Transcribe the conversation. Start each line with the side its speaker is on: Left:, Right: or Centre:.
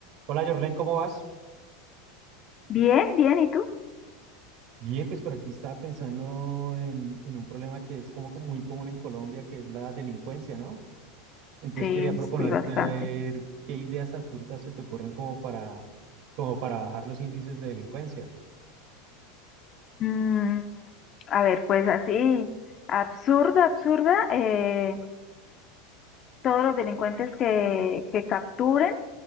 Right: Hola, Jorlen, ¿cómo vas?
Left: Bien, bien, ¿y tú?
Right: Bien, pues por aquí estaba pensando en, en un problema que es como co- muy común en Colombia, que es la delincuencia, ¿no? Entonces
Left: Sí,
Right: quería proponerte
Left: sí, bastante.
Right: a ver qué ideas absurdas se te ocurren como para, como para bajar los índices de delincuencia.
Left: Mm, a ver, pues así, absurda, absurda, eh, todos los delincuentes que, que capturen,